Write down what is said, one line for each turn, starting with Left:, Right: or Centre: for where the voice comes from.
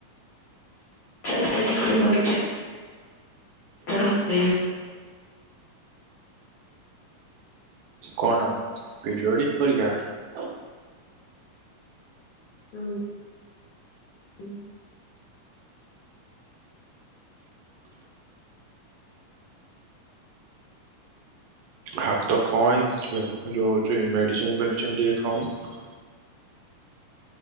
Left: ଚାରି ତାରିଖରେ ପରୀକ୍ଷା। ତରଫ <inaudible>
Right: କଣ ଆଉ ପିରିୟଡିକ ପରୀକ୍ଷା?
Left: ହୁଁ। <inaudible>
Right: ହାତ କଣ ହେଇଚି ଜଉ ହଉଚି ମେଡ଼ିସିନ ଫେଡ଼ିସିନ ଟିକେ ଖାଉନୁ?